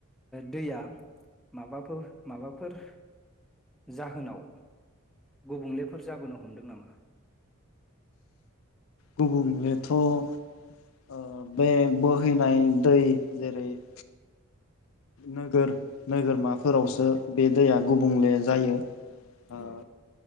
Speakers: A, in the centre; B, on the left (about 70°).
A: दैया माबाफोर-माबाफोर जाहोनाव गुबुंलेफोर जाबोनो हमदों नामा?
B: गुबुंलेथ' ओ बे बोहैनाय दै जेरै - नोगोर नोगोरमाफोरावसो बे दैया गुबुंले जायो। ओ
A: औ।